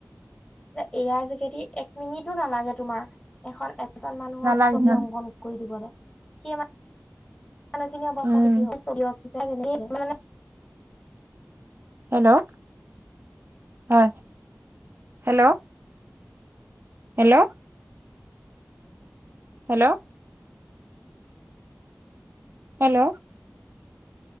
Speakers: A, on the left; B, on the right.
A: এ এ আই যোগেদি এক মিনিটো নালাগে তোমাৰ, এখন এ এজন মানুহৰ
B: নালাগে
A: ছবি
B: ন
A: অংকন কৰি দিবলৈ, সেই মান মানুহখিনি অৱস্থাটো
B: উম
A: কি কি জান <inaudible>
B: হেল্ল', হয় hello? Hello? Hello? Hello?